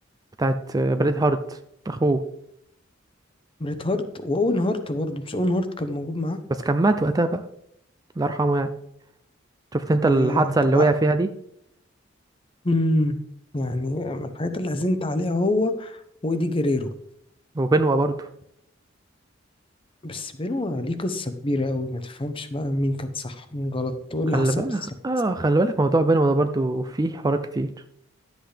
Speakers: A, on the right; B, on the left.
A: بتاعت بريد هارت أخوه
B: بريت هارت واون هارت برضه مش اون هارت كان موجود معاه
A: بس كان مات وقتها بقى الله يرحمه يعني شفت أنت
B: يا
A: الحادثة
B: طب
A: اللي وقع فيها دي
B: <laughs> امم يعني من الحاجات اللي حزنت عليها هو وايدي جريرو
A: وبنوة برضه
B: بس بينه ليه قصة كبيرة قوي ما تفهمش بقى مين كان صح ومين غلط وايه
A: خلي
B: اللي حصل
A: بالك
B: بالظبط
A: اه خلي بالك موضوع بينهم ده برضو فيه حوارات كتير